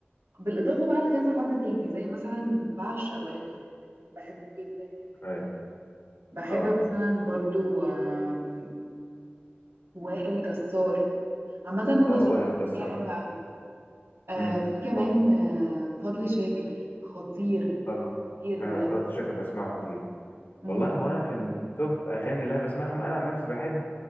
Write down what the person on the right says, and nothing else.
بالإضافة بقى لكذا حد تاني زي مثلا بعشق وائل كفوري بحبه جدا جدا
جدا بحب
مثلا برضو آم، وائل جسار عامة
الأصوات
الفنية
حلوة
أوي آه
في كمان
آه فضل شاكر خطير
خطير
بجد
مم،